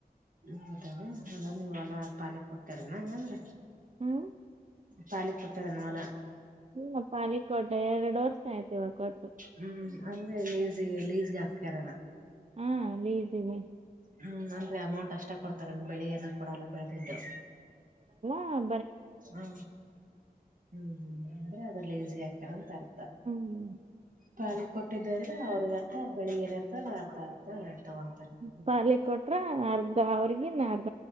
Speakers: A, on the right; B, on the right.
A: ಹ್ಮ <unintelligible> ಪಾಲಿಗೆ ಕೊಡ್ತರನ ಏಂದ್ರ.
B: ಹ್ಮ್.
A: ಪಾಲಿಗೆ ಕೊಟ್ಟರೇನು ಹೊಲ.
B: ಹ್ಮ ಪಾಲಿಗ್ ಕೊಟ್ಟ - ಎರಡು ವರ್ಷ ಆಯ್ತ್ ಇವಾಗ ಕೊಟ್ಟು.
A: ಹ್ಮ್ ಅಂದ್ರೆ ಲೇಸಿಗೆ, ಲೇಸ್ಗೆ ಹಾಕ್ಯಾರ.
B: ಹಾ ಲೀಸ್ಗೆ.
A: ಹ್ಮ್ ಅಂದ್ರ ಅಮೌಂಟ್ ಅಷ್ಟ ಕೊಡ್ತಾರೆ. ಬೆಳೆಯನ್ನು ಕೊಡಲ್ಲ ಬೆಳೆದಿದ್ದು.
B: ಹ-
A: ಹಾ ಹ್ಮ್ ಹ್ಮ್ ಆದ್ರೆ ಅದ. ಲೀಸಿಗೆ ಹಾಕ್ಯಾರ ಅಂತ ಅರ್ಥ.
B: ಹ್ಮ
A: ಪಾಲಿ ಕೊಟ್ಟಿದ್ದು ಅಂದ್ರೆ ಅವ್ರಗ್ ಅರ್ಧ ಬೆಳಿ ಏನಿರ್ತದ ಅರ್ಧ ಅರ್ಧ ತಗೊಂತಾರ
B: <inaudible> ಪಾಲಿಗೆ ಕೊಟ್ರ ಅರ್ದ <unintelligible>